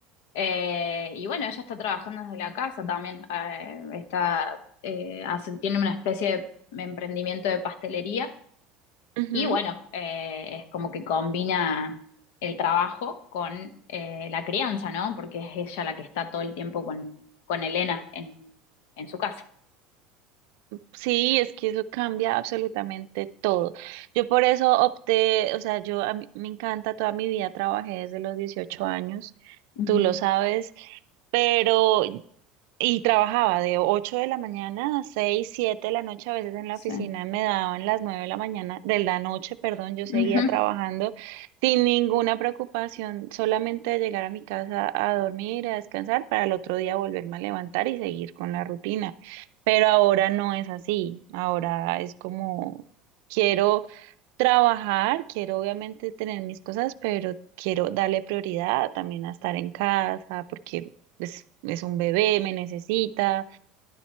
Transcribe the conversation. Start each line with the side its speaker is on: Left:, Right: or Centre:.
Left: Eh, y bueno, ella está trabajando desde la casa también. eh, está, eh, hace- tiene una especie de emprendimiento de pastelería
Right: Ujú.
Left: y bueno, eh, es como que combina el trabajo con eh, la crianza, ¿no? Porque es ella la que está todo el tiempo con, con Elena en, en su casa.
Right: Sí, es que eso cambia absolutamente todo. Yo por eso opté, o sea, yo a mí me encanta, toda mi vida trabajé desde los 18 años,
Left: Ujú,
Right: tú lo sabes, pero Y trabajaba de 8 de la mañana a 6 7 de la noche, a veces en la
Left: Sí.
Right: oficina me daban las 9 de la mañana, de la noche, perdón, yo seguía
Left: Ujú.
Right: trabajando sin ninguna preocupación, solamente de llegar a mi casa a dormir, a descansar, para el otro día volverme a levantar y seguir con la rutina. Pero ahora no es así, ahora es como quiero trabajar, quiero obviamente tener mis cosas, pero quiero darle prioridad también a estar en casa porque es, es un bebé, me necesita.